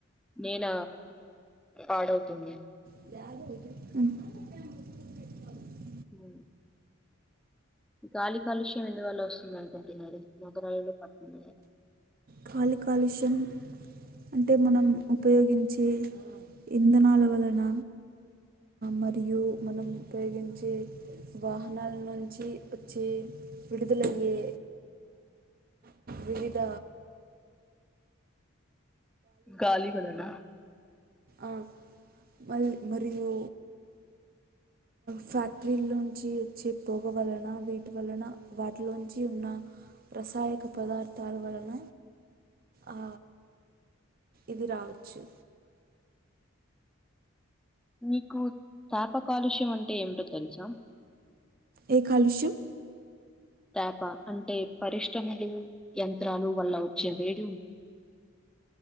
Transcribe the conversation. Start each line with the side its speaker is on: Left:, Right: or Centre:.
Centre: నేల పాడవుతుంది
Right: ఆ
Centre: ఉ గాలి కాలుష్యం ఎందువల్ల వస్తుంది అనుకుంటున్నారు నగరాలలో పట్టణంలో
Right: గాలి కాలుష్యం అంటే మనం ఉపయోగించే ఇంధనాల వలన మరియు మనం ఉపయోగించే వాహనాల నుంచి వచ్చే విడుదలయ్యే వివిధ
Centre: గాలీ వలన
Right: ఆ మరి మరియు ఫ్యాక్టరీలోంచి చే పొగ వలన వీటి వలన వాటిలోంచి ఉన్న రసాయక పదార్థాల వలన అ ఇది రావచ్చు
Centre: మీకు తాపకాలుష్యం అంటే ఏమిటో తెలుసా
Right: ఏ కాలుష్యం
Centre: తాప అంటే పరిశ్రమలు యంత్రాలు వల్ల వచ్చే వేడి ఉంట